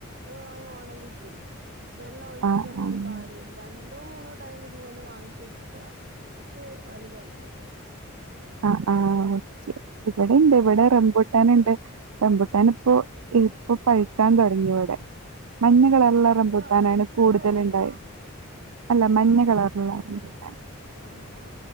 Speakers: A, on the right; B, on the right.
A: ഏഹ് അങ്ങ് ഒണങ്ങിപ്പൊയി വെള്ളം ഒഴിച്ചിട്ടൊന്നും
B: ആഹ് ആഹ്
A: ഒരു കാ രണ്ടോ മൂന്നോ ടൈം ഇത്പോലെ വാങ്ങിച്ച് വച്ചതാ പക്ഷേ വല്തായില്ല.
B: ആഹ് ആഹ് ഒക്കെ ഇവടിണ്ട് ഇവടെ റംമ്പൂട്ടാന്ണ്ട്. റംമ്പുട്ടാനിപ്പോ ഇപ്പൊ പഴ്ക്കാൻ തൊടങ്ങിവടെ. മഞ്ഞകളറിൽള്ള
A: ആ എന്തോ
B: റംമ്പൂട്ടാനാണ്
A: റെഡ്
B: കൂടുതലിണ്ടായെ
A: കളർ തന്നെയാണോ
B: അല്ല മഞ്ഞ കളറുള്ള റംമ്പൂട്ടാൻ
A: ആ ആ